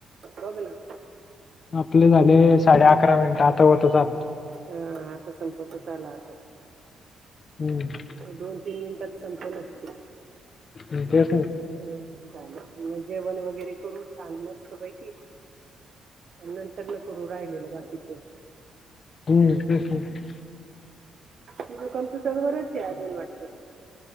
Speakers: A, on the right; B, on the left.
A: बघ ना?
B: मग आपले झाले साडे अकरा मिनिटं आता होतच आलंय.
A: हा आता संपतच आला असेल.
B: हम्म.
A: दोन -तीन मिनिटात संपेलच ते.
B: हम त्यासनी.
A: ह चालेल मग. जेवण वगैरे करू छान मस्त पैकी. नंतर न करू राहिलेलं बाकीच.
B: हम्म. तस होईल.
A: तु कम्प्युटर वरच आहे अजून वाटतं.